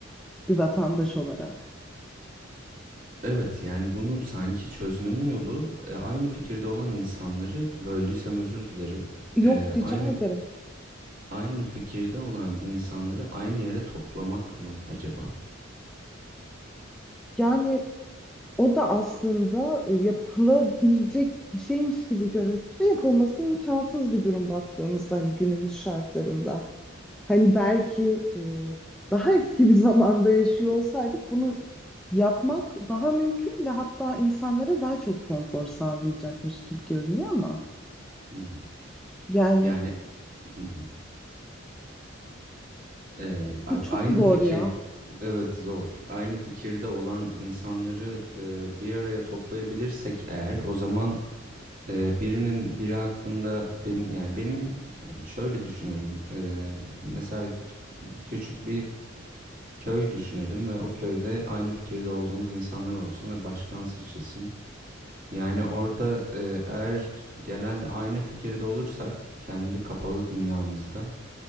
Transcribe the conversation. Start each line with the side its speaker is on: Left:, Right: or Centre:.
Centre: bir vatandaş olarak.
Right: Evet yani bunu sanki çözmenin yolu e, aynı fikirde olan insanları böldüysem özür dilerim.
Centre: Yok
Right: E,
Centre: rica
Right: aynı
Centre: ederim.
Right: aynı fikirde olan insanları aynı yere toplamak mı acaba?
Centre: Yani o da aslında e, yapılabilecek bir şeymiş gibi görünse de yapılması imkansız bir durum baktığımızda hani günümüz şartlarında. Hani belki e, daha eski bir <laughs> zamanda yaşıyor olsaydık bunu yapmak daha mümkün ve hatta insanlara daha çok konfor sağlayacakmış gibi görünüyor ama
Right: Hı hı.
Centre: yani
Right: Yani hı hı. Ee, a-
Centre: bu çok
Right: aynı
Centre: zor
Right: fikir,
Centre: ya.
Right: evet zor. Aynı fikirde olan insanları e, bir araya toplayabilirsek eğer, o zaman e, birinin biri hakkında benim yani benim hani şöyle düşünüyorum. Ee, mesela küçük bir köy düşünelim ve o köyde aynı fikirde olduğumuz insanlar olsun ve başkan seçilsin. Yani orada e, eğer genelde aynı fikirde olursak kendi kapalı dünyamızda